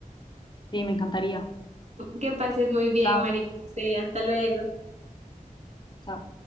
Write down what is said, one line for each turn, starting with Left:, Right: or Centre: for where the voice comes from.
Left: Sí, me encantaría.
Right: Que pases muy bien,
Left: Chao.
Right: María José. Hasta luego.
Left: Chao.